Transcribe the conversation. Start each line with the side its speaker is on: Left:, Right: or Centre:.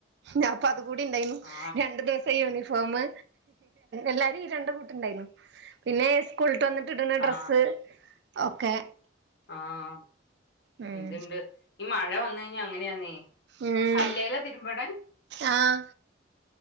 Right: ഇഞ് അപ്പ അതും കൂടി ഇണ്ടായ്നു
Left: ആ
Right: രണ്ടു ദിവസ് ത്തെ യൂണിഫോമ് എല്ലാരിം ഈ രണ്ട് കൂട്ട് ഇണ്ടായ്ന്നു പിന്നെ സ്കൂള്ട്ട് വന്ന്ട്ട് ഇട്ണ ഡ്രസ്സ്
Left: ആ
Right: ഒക്കെ
Left: ആഹ്
Right: ഉം
Left: ആഹ് ഇത്ണ്ട് ഈ മഴ വന്ന് കഴിഞ്ഞാഅങ്ങനെയാന്നേ
Right: ഉം
Left: കല്ലേലാ തിര്മ്പ്ണ്
Right: ആഹ്